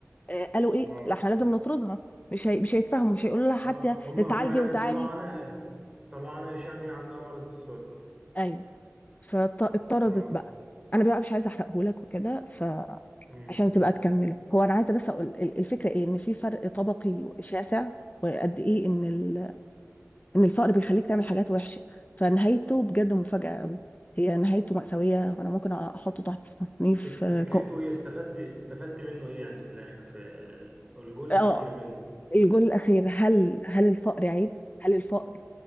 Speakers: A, on the left; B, on the right.
A: آه، قالوا ايه
B: اه
A: لا احنا لازم نطردها مش هي... مش هيتفهموا مش هيقولوا لها حتى
B: آه، هم
A: اتعالجي
B: هم يعني
A: وتعالي
B: طلعوا عنها طلعوا عنها إشاعة إن هي عندها مرض السل
A: ايوه فاتطردت
B: اه
A: بقى انا بقى مش عايزه احرقه لك وكده فعشان
B: امم
A: تبقى تكمله هو انا عايزه بس اقول ال- الفكره ايه ان في فرق طبقي شاسع وقد ايه ان ال... ان الفقر بيخليك تعمل حاجات وحشه فنهايته بجد مفاجاه قوي هي نهايته مأساوية وأنا ممكن أحطه تحت تصنيف
B: فك...
A: آه،
B: فكرته
A: كو-
B: ايه استفدت استفدت منه ايه يعني في الاخر في ال- الجول
A: اه
B: الاخير منه
A: الجول الأخير هل هل الفقر عيب؟ هل الفقر